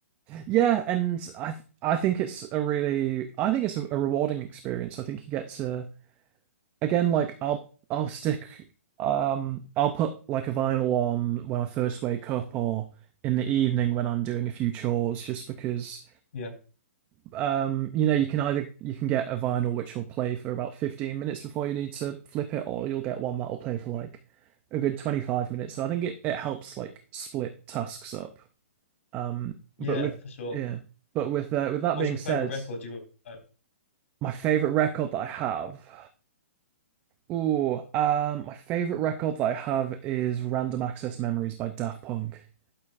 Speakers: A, on the right; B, on the left.
A: Yeah, and I th I think it's a really I think it's a, a rewarding experience. I think you get to again like I'll I'll stick um I'll put like a vinyl on when I first wake up or in the evening when I'm doing a few chores just because
B: Yeah,
A: um, you know, you can either you can get a vinyl which will play for about 15 minutes before you need to flip it, or you'll get one that'll play for like a good 25 minutes. So I think it, it helps like split tasks up. Um,
B: yeah,
A: but with
B: for sure.
A: yeah, but with uh, with that
B: What's
A: being
B: your
A: said,
B: favorite record you own?
A: my favorite record that I have, ooh, um, my favorite record that I have is Random Access Memories by Daft Punk.